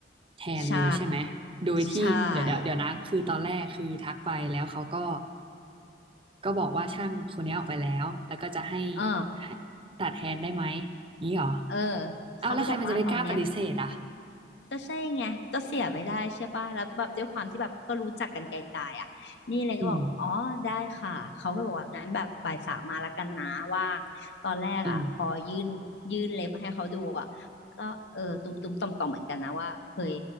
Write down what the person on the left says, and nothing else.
ใช่ใช่
เออ
เออ
เขาก็บอกว่าตอนเนี้ย ก็ใช่ไงก็เสียไม่ได้ใช่ป่ะแล้วแบบด้วยความที่แบบก็รู้จักกันไกลๆอ่ะนี่เลยก็บอกอ๋อได้ค่ะเขาก็บอกว่างั้นแบบบ่ายสามมาแล้วกันนะว่างตอนแรกอ่ะพอยื่นยื่นเล็บให้เขาดูอ่ะ
ก็เออตุ้มตุ้มต่อมต่อมๆเหมือนกันนะว่าเฮ้ย